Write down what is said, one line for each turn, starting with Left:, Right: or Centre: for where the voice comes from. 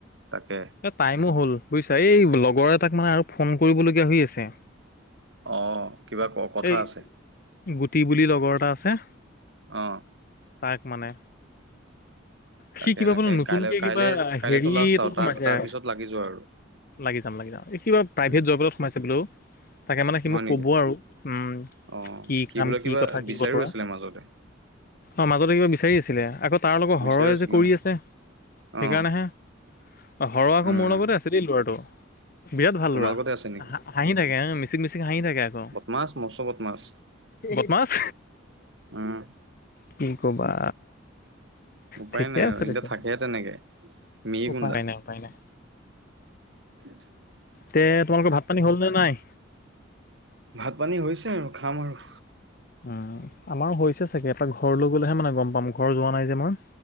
Right: তাকে
Left: এই টাইমো হ'ল বুইছা এই লগৰ এটাক মানে আৰু ফোন কৰিবলগীয়া হৈ আছে
Right: অঁ কিবা ক কথা
Left: এই
Right: আছে
Left: গুটি বুলি লগৰ এটা আছে
Right: অ
Left: তাইক মানে
Right: তাকে
Left: সি কিবা
Right: তাকে
Left: বোলে নতুনকে
Right: কাইলৈ কাইলৈ
Left: কিবা
Right: কাইলৈতো
Left: হেৰি
Right: লাষ্ট
Left: এটোত
Right: আৰু তাৰ
Left: সোমাইছে
Right: তাৰপিছত লাগি যোৱা আৰু
Left: লাগি যাম লাগি যাম এই কিবা প্ৰাইভেট
Right: উম,
Left: জব এটাত সোমাইছে বোলো অ তাকে মানে সি
Right: হয়
Left: মোক
Right: নেকি
Left: ক'ব আৰু উম
Right: অ
Left: কি
Right: সি
Left: কাম
Right: বোলে
Left: কি
Right: কিবা
Left: কথা কি
Right: বিচাৰিও
Left: বতৰা
Right: আছিলে মাজতে
Left: অঁ মাজতে কিবা বিচাৰি আছিলে আকৌ তাৰ লগৰ
Right: বিচাৰি
Left: হৰয়ে
Right: আছিলে
Left: যে কৰি
Right: অ
Left: আছে
Right: অ'
Left: সেইকাৰণেহে অ হ'ৰ আকৌ
Right: উম
Left: মোৰ লগতে আছে <unintelligible> ল'ৰাটো বিৰাট ভাল
Right: তোমালোকতে
Left: ল'ৰা
Right: আছে নেকি
Left: হাঁ হাঁহি থাকে মিচিক মিচিক হাঁহি থাকে আকৌ
Right: মাছ মছলত মাছ
Left: বদমাছ
Right: উম
Left: কি কবা
Right: উপায়
Left: ঠিকে
Right: নাই
Left: আছে
Right: আৰু এতিয়া
Left: তেখেত
Right: থাকেহে তেনেকে মিহি
Left: উপায়
Right: গুণ্ডা
Left: নাই উপায় নাই
Right: <unintelligible>
Left: তে তোমালোকৰ ভাত পানী হ'লনে নাই
Right: ভাত পানী হৈছে আৰু খাম আৰু
Left: উম আমাৰো হৈছে চাগে এপাক ঘৰলৈ গ'লেহে মানে গম পাম ঘৰ যোৱা নাই যে মই